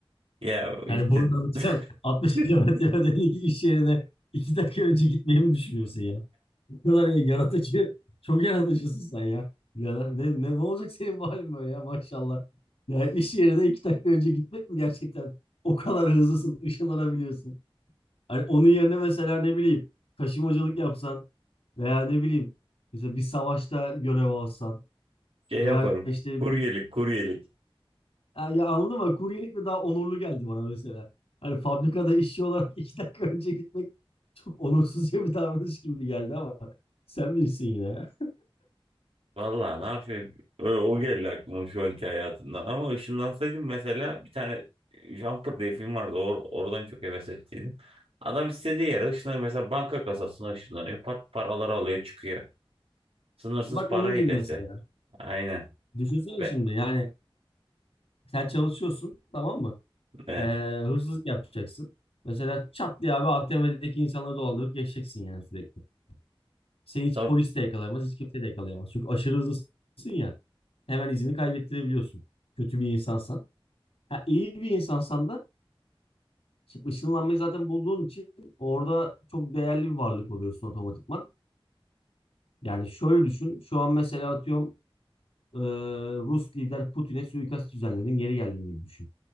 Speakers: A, on the right (about 80°); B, on the left (about 85°).
A: Ya işte
B: Yani buradan hocam <laughs> 60
A: <laughs>
B: kilometre ötedeki iş yerine 2 dakika önce gitmeyi mi düşünüyorsun ya? Bu kadar ya yaratıcı, çok yaratıcısın sen ya. Birader, ne, ne, ne olacak senin bu halin böyle ya maşallah. Ya iş yerine 2 dakika önce gitmek mi gerçekten? O kadar hızlısın, ışınlanabiliyorsun. Hani onun yerine mesela ne bileyim taşımacılık yapsan veya ne bileyim mesela bir savaşta görev alsan
A: şey
B: veya
A: yaparım.
B: işte
A: Kuryelik kuryelik.
B: Ha, ya anladın mı? Kuryelik mi daha onurlu geldi bana mesela. Hani fabrikada işçi olarak <laughs> iki dakika önce gitmek çok onursuzca bir davranış gibi geldi ama sen bilirsin yine ya.
A: Vallahi ne yapayım? Ö- O geldi aklıma şu anki hayatımda. Ama ışınlansaydım mesela bir tane Jumper diye film vardı. Or- oradan çok heves ettiydim. Adam istediği yere ışınlanıyor. Mesela banka kasasına ışınlanıyor. Pat paraları alıyor çıkıyor. Sınırsız
B: Bak
A: para
B: onun
A: hilesi.
B: gibi mesela.
A: Aynen.
B: Düşünsene
A: Ve,
B: şimdi yani sen çalışıyorsun tamam mı?
A: ve
B: Ee, hırsızlık yapacaksın. Mesela çat diye abi ATM'deki insanları dolandırıp geçeceksin yani sürekli. Seni hiç
A: tab
B: polis de yakalayamaz, hiç kimse de yakalayamaz. Çünkü aşırı hızlısın ya. Hemen izini kaybettirebiliyorsun. Kötü bir insansan. Ha, iyi bir insansan da Şimdi ışınlanmayı zaten bulduğun için orada çok değerli bir varlık oluyorsun otomatikman. Yani şöyle düşün. Şu an mesela atıyorum e, Rus lider Putin'e suikast düzenledin geri geldin gibi düşün.